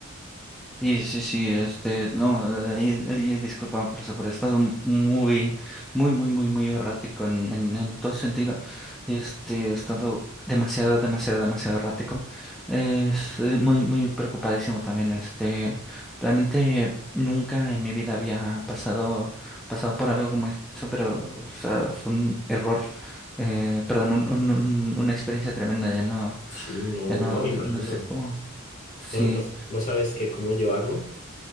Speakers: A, in the centre; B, on the left.
A: Y sí, sí, este, no, ahí- ahí, disculpa por eso, pero he estado muy, muy, muy, muy, muy errático en, en, en todo sentido. Este, he estado demasiado, demasiado, demasiado errático. Es eh, muy, muy preocupadísimo también. Este, realmente nunca en mi vida había pasado, pasado por algo como eso, pero, o sea, fue un error, eh, perdón, un, un- un- una experiencia tremenda. Ya no,
B: Sí, no,
A: ya no,
B: no, me imagino.
A: no sé cómo. Sí.
B: No, no, no sabes que cómo llevarlo.